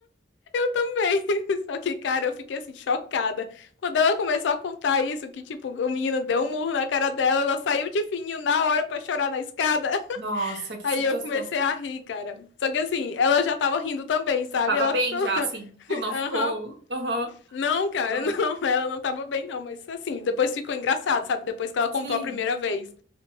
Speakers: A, on the left; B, on the right.
A: também. <laughs> Só que, cara, eu fiquei assim, chocada. Quando ela começou a contar isso, que tipo, o menino deu um murro na cara dela, ela saiu de fininho na hora pra chorar na escada.
B: Nossa, que
A: Aí
B: situação.
A: eu comecei a rir, cara. Só que assim, ela já tava rindo também, sabe?
B: Tava
A: Ela
B: bem
A: ficou
B: já,
A: lá,
B: assim. Tipo,
A: <laughs>
B: não
A: aham.
B: ficou. Aham.
A: Não, cara,
B: Não.
A: <laughs> não, ela não tava bem, não. Mas assim, depois ficou engraçado, sabe? Depois que ela
B: Sim.
A: contou a primeira vez.